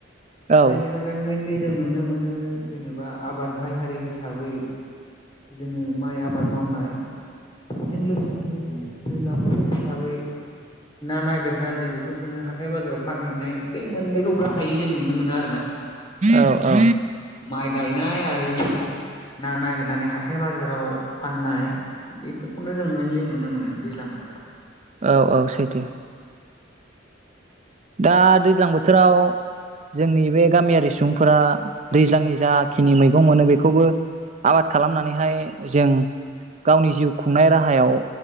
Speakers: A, on the right; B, on the left.
A: औ
B: जायनि थाखाय मोनलि जों नुनो मोनो जेनेबा आबाद गाहाय हारि हिसाबै जोङो माइ आबाद मावनाय बेजों लोगोसे बे दैज्लां बोथोर हिसाबै ना नागिरनानै बेफोरखौनो हाथाय बाजाराव फानहैनाय बे मोननैखौ गाहायै जों नुनो मोनो आरो ना।
A: औ औ
B: माइ गायनाय आरो बे ना नागिरनानै हाथाय बाजाराव फाननाय बेफोरखौनो जों मेनलि नुनो मोनो दैज्लां बोथोराव।
A: औ औ सैथो दा दैज्लां बोथोराव जोंनि बे गामियारि सुबुंफोरा दैज्लांनि जाखिनि मैगं मोनो बेखौबो आबाद खालामनानैहाय जों गावनि जिउ खुंनाय राहायाव